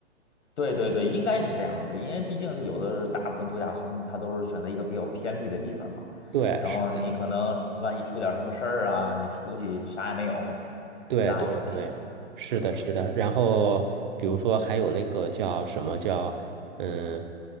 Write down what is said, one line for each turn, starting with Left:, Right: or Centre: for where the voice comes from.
Left: 对对对，应该是这样子的，因为毕竟是有的是大部分度假村，它都是选择一个比较偏僻的地方嘛。
Right: 对是。
Left: 然后你可能万一出点儿什么事儿啊，
Right: 的。
Left: 你出去啥也没有，
Right: 对对对，
Left: 那也不行，
Right: 是的，
Left: 对吧？
Right: 是的。然后比如说还有那个叫什么叫嗯，